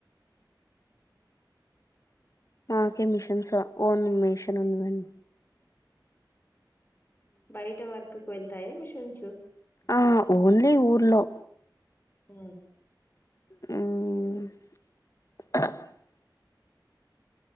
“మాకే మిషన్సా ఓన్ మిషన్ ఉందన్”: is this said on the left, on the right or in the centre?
Left